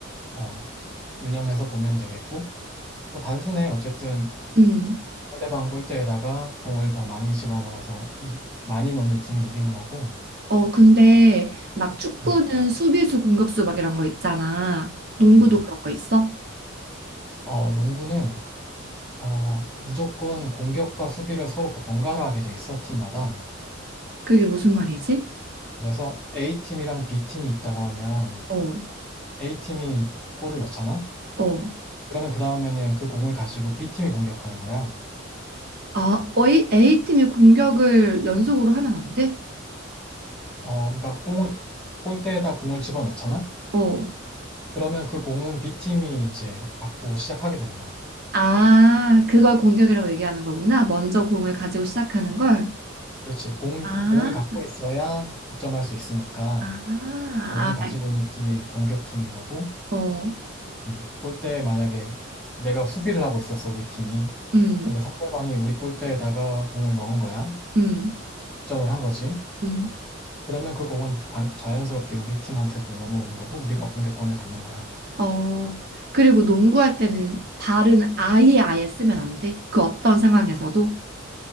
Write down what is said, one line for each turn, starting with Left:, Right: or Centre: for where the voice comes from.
Centre: 어, 유념해서 보면 되겠고, 뭐 단순해. 어쨌든
Right: 응.
Centre: 상대방 골대에다가 공을 더 많이 집어넣어서 이- 많이 넣는 팀이 이기는 거고.
Right: 어, 근데 막 축구는
Centre: 음,
Right: 수비수, 공격수 막 이런 거 있잖아. 농구도
Centre: 네.
Right: 그런 거 있어?
Centre: 어, 농구는 어, 무조건 공격과 수비를 서로 번갈아 하게 돼 있어, 팀마다.
Right: 그게 무슨 말이지?
Centre: 그래서 A팀이랑 B팀이 있다고 하면
Right: 어,
Centre: A팀이 골을 넣잖아?
Right: 어.
Centre: 그러면 그 다음에는 그 공을 가지고 B팀이 공격하는 거야.
Right: 아, 어, A, A팀이 공격을 연속으로 하면 안 돼?
Centre: 어, 그러니까 공을 골대에다 공을 집어넣잖아?
Right: 어.
Centre: 그러면 그 공은 B팀이 이제 갖고 시작하게 되는 거야.
Right: 아, 그걸 공격이라고 얘기하는 거구나. 먼저 공을 가지고 시작하는 걸.
Centre: 그렇지. 공,
Right: 아,
Centre: 공을 갖고 있어야 득점할 수 있으니까
Right: 아, 아,
Centre: 공을 가지고
Right: 알-
Centre: 있는 팀이 공격팀인 거고,
Right: 어,
Centre: 음, 골대에 만약에 내가 수비를 하고 있었어, 우리 팀이.
Right: 음,
Centre: 근데 상대방이 우리 골대에다가 공을 넣은 거야.
Right: 음,
Centre: 득점을 한 거지.
Right: 음.
Centre: 그러면 그 공은 당- 자연스럽게 우리 팀한테로 넘어오는 거고, 우리가 공격권을 갖는 거야.
Right: 어, 그리고 농구할 때는 발은 아예 아예 쓰면 안 돼. 그 어떤 상황에서도.